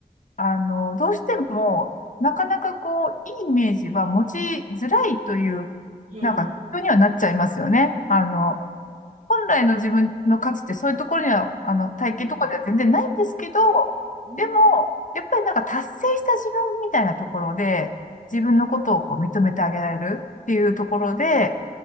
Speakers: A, on the left (about 55°); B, on the right (about 60°).
A: あの、どうしても、なかなかこう、いいイメージは持ちづらいという、
B: うん。
A: なんか、人にはなっちゃいますよね。あの、本来の自分の価値ってそういうところには、あの、体型とかでは全然ないんですけど、
B: うん。うん。
A: でも、やっぱりなんか達成した自分みたいなところで、自分のことをこう認めてあげられるっていうところで、